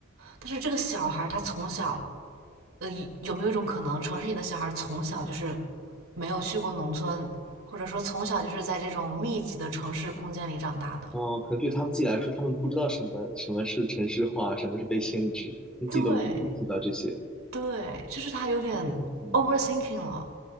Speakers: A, on the right; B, in the centre.
A: 但是这个小孩儿他从小，呃，有没有一种可能，城市里的小孩儿从小就是没有去过农村，或者说从小就是在这种密集的城市空间里长大的？
B: 啊，可能对他们自己来说，他们不知道什么什么是城市化，什么是被限制，他们自己都不会意识到这些。
A: 对，对，就是他有点
B: 嗯，嗯
A: overthinking 了，